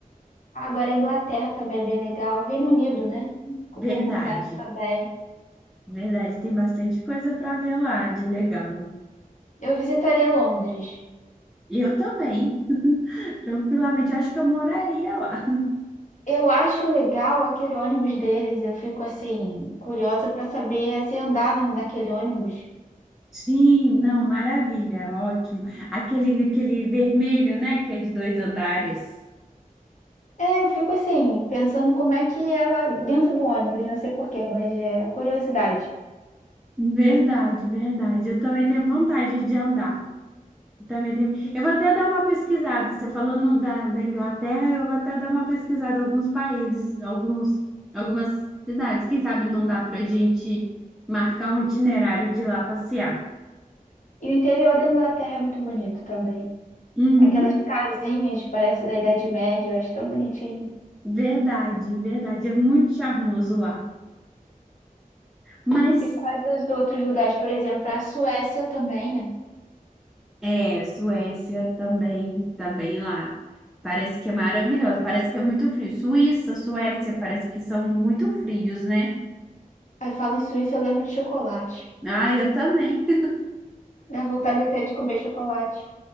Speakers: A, on the left; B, in the centre.
A: Agora, a Inglaterra também é bem legal. Reino Unido, né? Co-
B: verdade.
A: Por completo também.
B: Verdade, tem bastante coisa para ver lá de legal.
A: Eu visitaria Londres.
B: E eu também, <laughs> tranquilamente. Eu acho que eu moraria lá.
A: Eu acho legal aquele ônibus deles. Eu fico assim, curiosa para saber se andar no, naquele ônibus.
B: Sim, não, maravilha, ótimo. Aquele, aquele vermelho, né, que é de dois andares.
A: É, eu fico assim, pensando como é que é lá dentro do ônibus, não sei porquê, mas é curiosidade.
B: Verdade, verdade. Eu também tenho vontade de andar. Eu Também tenho... Eu vou até dar uma pesquisada. Você falando da, da Inglaterra, eu vou até dar uma pesquisada em alguns países, alguns, algumas cidades. Quem sabe não dá para a gente marcar um itinerário de ir lá passear.
A: E o interior da Inglaterra é muito bonito também.
B: Uhum,
A: Aquelas casinhas, parece da Idade Média, eu acho tão bonitinho.
B: verdade, verdade. É muito charmoso lá. Mas
A: E quais os outros lugares, por exemplo, a Suécia também, né?
B: é, Suécia também, também lá. Parece que é maravilhoso, parece que é muito frio. Suíça, Suécia, parece que são muito frios, né?
A: Aí falo em Suíça, eu lembro de chocolate.
B: Ah, eu também. <laughs>
A: Dá vontade até de comer chocolate.